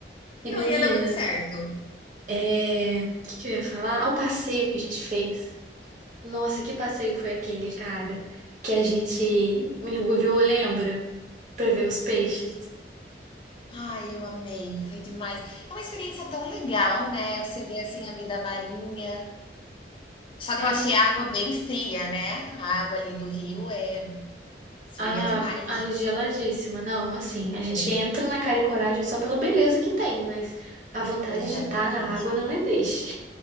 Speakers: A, on the right; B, on the left.
A: E
B: Não
A: menina.
B: ia dar muito certo.
A: É, o que que eu ia falar? Ah, o passeio que a gente fez. Nossa, que passeio foi aquele, cara? Que a gente mergulhou, lembra? Pra ver os peixes.
B: Ai, eu amei, foi demais. É uma experiência tão legal, né? Você vê assim a vida marinha. Só
A: É,
B: que eu achei a água bem fria, né? A água ali do rio é fria
A: a
B: demais.
A: água geladíssima. Não, assim, a gente
B: É,
A: entra na cara e coragem só pela beleza que tem, mas a vontade
B: exatamente.
A: de estar na água não existe.